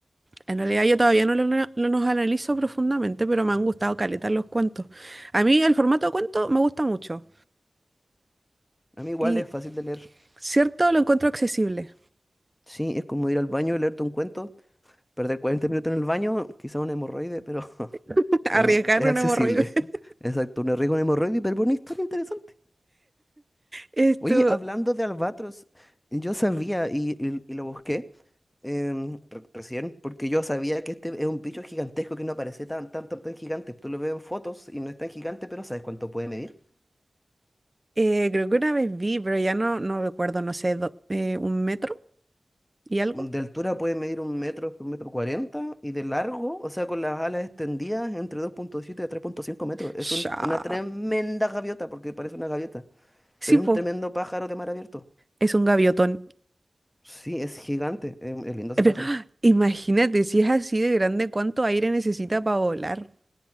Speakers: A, on the right; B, on the left.
A: En realidad yo todavía no lo- no los analizo profundamente, pero me han gustado caleta los cuentos. A mí el formato de cuento me gusta mucho
B: A mí igual
A: y
B: es fácil de leer.
A: cierto lo encuentro accesible.
B: Sí, es como ir al baño y leerte un cuento, perder 40 minutos en el baño, quizá una hemorroide, pero <laughs>
A: <laughs>
B: em,
A: Arriesgar
B: es
A: una
B: accesible.
A: hemorroide. <laughs>
B: <laughs> Exacto, un riesgo una hemorroide, pero una historia interesante.
A: Esto,
B: Oye, hablando de albatros, yo sabía y, y- y lo busqué em, re- recién, porque yo sabía que este es un bicho gigantesco que no parece tan, tan, tan, tan gigante. Tú lo ves en fotos y no es tan gigante, pero ¿sabes cuánto puede medir?
A: eh, creo que una vez vi, pero ya no, no recuerdo, no sé, do- eh, un metro y algo.
B: De altura puede medir un metro, un metro cuarenta, y de largo, o sea, con las alas extendidas, entre 2.7 a tres punto cinco metros. Es
A: Sha.
B: un- una tremenda gaviota, porque parece una gaviota,
A: Sí,
B: pero
A: po,
B: es un tremendo pájaro de mar abierto.
A: es un gaviotón.
B: Sí, es gigante, es, es lindo
A: Eh,
B: ese
A: pero,
B: pájaro.
A: <gasps> ¡ah! imagínate, si es así de grande, ¿cuánto aire necesita para volar?